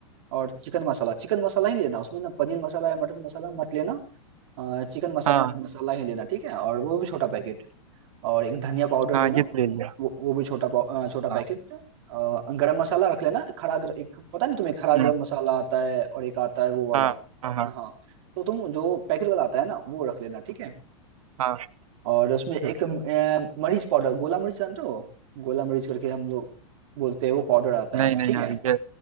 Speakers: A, on the right; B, on the right.
A: और चिकन मसाला चिकन मसाला ही लेना उसमें ना पनीर मसाला या मटन मसाला मत लेना अ, चिकन मसाला
B: हाँ
A: मसाला ही लेना ठीक है और वो भी छोटा पैकेट और एक धनिया पाउडर
B: हाँ
A: लेना
B: ये तो ले लिया
A: वो वो भी छोटा पाउ- अ, छोटा
B: हाँ
A: पैकेट अ, गरम मसाला रख लेना खड़ा गर, एक पता नहीं तुम्हें खड़ा गरम
B: हम्म,
A: मसाला आता है और एक आता है वो वाला
B: हाँ हाँ हाँ
A: हाँ तो तुम जो पैकेट वाला आता है ना वो रख लेना ठीक है
B: हाँ,
A: और उसमें एक
B: ठीक
A: अ, मरीच पाउडर गोला मरीच जानते हो गोला मरीच करके हम लोग बोलते हैं वो पाउडर आता
B: नहीं
A: है
B: नहीं
A: ठीक
B: यार
A: है
B: ये